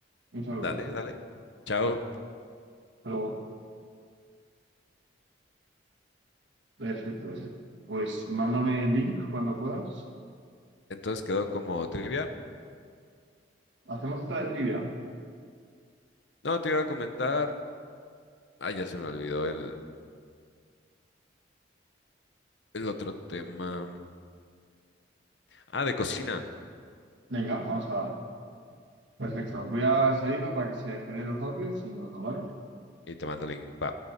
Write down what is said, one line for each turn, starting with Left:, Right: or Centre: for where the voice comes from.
Right: Un saludo.
Left: dale, dale. Chao.
Right: Pero, perfecto. Pues, pues mándame el link cuando puedas.
Left: Entonces quedó como trivia.
Right: Hacemos otra de trivia.
Left: No, te iba a comentar. Ah, ya se me olvidó el, el otro tema. Ah, de cocina.
Right: Venga, vamos a darle. Perfecto. Voy a salirme para que se generen los audios y nos vemos, ¿vale?
Left: Y te mando el link. Va.